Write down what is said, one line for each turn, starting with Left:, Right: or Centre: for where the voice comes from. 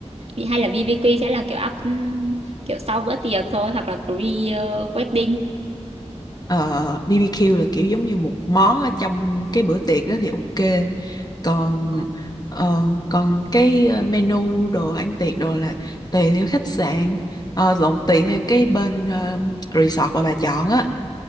Right: Bị- hay là BBQ sẽ là kiểu up, ừm, kiểu sau bữa tiệc thôi hoặc là pre ờ, wedding
Left: ờ, BBQ là kiểu giống như một món ở trong cái bữa tiệc đó thì ok còn
Right: Ờ.
Left: ờ, còn cái ờ, menu đồ ăn tiệc đồ là tùy theo khách sạn ờ, lộn tùy theo cái bên ờ, resort mà bà chọn á